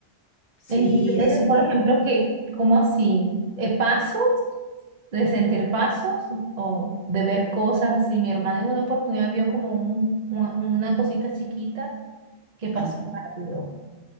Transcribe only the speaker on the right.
En serio,
por ejemplo, que, ¿cómo así? Eh, ¿Pasos? ¿De sentir pasos? ¿O de ver cosas así? Mi hermana en una oportunidad vio como un- una, una cosita chiquita que pasó
rápido.